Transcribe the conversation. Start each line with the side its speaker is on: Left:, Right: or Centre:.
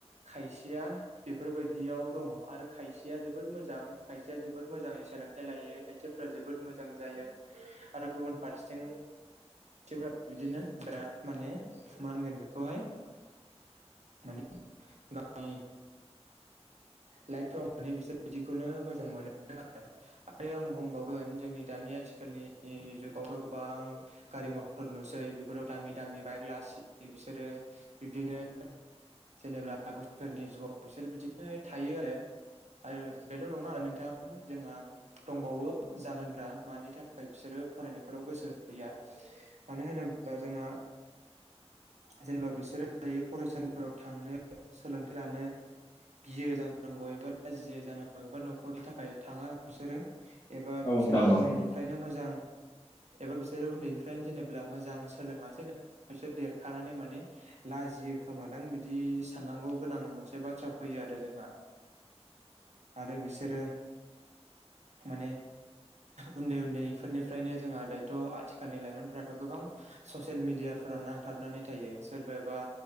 Right: खायसेया बेफोरबायदिआव दं आरो खायसेया जोबोद मोजां खायसेया जोबोद मोजाङै सोलों थायाइ लायो खायसेफोरा जोबोद मोजां जायो आरो गुबुन फारसेथिं बिदिनो बिराद मानि मा होनगोन बिखौहाय
Left: <inaudible>
Right: माने गावनि <inaudible> लाइफफ्राव माने बिसोर बिदिखौनो मोजां मोनो आरो आरो आं बुंबावगोन जोंनि दानि आथिखालनि जुगावथ' गोबां गारि मथर नुसै बेफोराव दामि दामि बाइक लासै बिसोरो बिब्दिनो जेनेब्ला गावसोरनि जुगाव बिसोर बिदिनो थायो आरो आरो बेल' नङा नोंथां जोंहा दंबावो जाहोनफ्रा मानि थाखाय बिसोरो फरायनायफोराव गोसो होया मानो होनोब्ला होनोब्ला जोंहा जेनेबा बिसोरो दायो फरायसालिफोराव थांनो सोलोंथायाइ लानो गियो जानांगौ एबा लाजियो जानांगौ एबा न'खरनि थाखाय थांआ बिसोरो एबा
Left: औ
Right: बिसोर
Left: नोंथां औ
Right: उन्दैनिफ्रायनो मोजां एबा बिसोरो उन्दैनिफ्रायनो जेनेबा मोजां सोलोंङासै न बिसोर देरखानानै माने लाजियो खोमादां बिदि साननांगौ गोनां मोनसे बाथ्रा फैयो जादों जोंहा आरो बिसोरो मानि उन्दै उन्दैफोरनिफ्रायनो जोंहा दायथ' आथिखालनि लाइमोनफोराथ' गोबां गोबां ससियेल मिडिया फोराव नांथाबनानै थायो सोरबा बा